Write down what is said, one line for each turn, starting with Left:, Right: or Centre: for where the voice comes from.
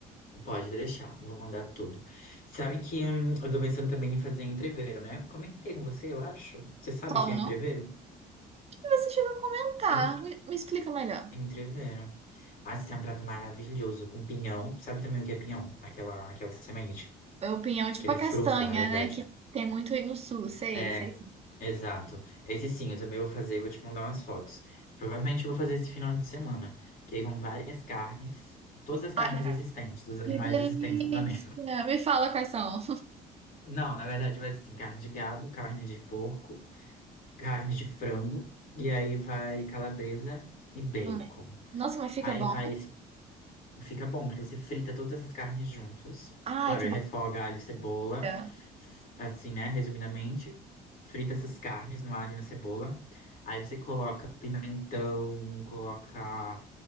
Left: Pode deixar, vou mandar tudo. Sabe que hum, eu tô pensando também em fazer entreveiro, né? Eu Comentei com você, eu acho. Você sabe
Right: Como?
Left: o que é entreveiro?
Right: E você chegou a comentar.
Left: En-
Right: Me, me explica melhor.
Left: Entreveiro. Ah, esse é um prato maravilhoso com pinhão. Sabe também o que é pinhão? Aquela, aquela semente,
Right: É o pinhão tipo
Left: aquele
Right: a
Left: fruto,
Right: castanha,
Left: na verdade.
Right: né? Que tem muito aí no sul, sei,
Left: É,
Right: sei.
Left: exato. Esse sim, eu também vou fazer, vou te mandar umas fotos. Provavelmente eu vou fazer esse final de semana, que aí vão várias carnes, todas as carnes
Right: Ai,
Left: existentes, dos animais
Right: que delícia!
Left: existentes no planeta.
Right: Me fala quais são.
Left: Não, na verdade vai ser assim, carne de gado, carne de porco carne de frango, e aí vai calabresa e bacon.
Right: Ai, Nossa, mas fica
Left: Aí
Right: bom.
Left: vai esse. Fica bom, porque você frita todas essas carnes juntas.
Right: Ai,
Left: Claro,
Right: que
Left: refoga alho, cebola,
Right: delícia.
Left: f- assim, né? Resumidamente, frita essas carnes no alho e na cebola. Aí você coloca pimentão, coloca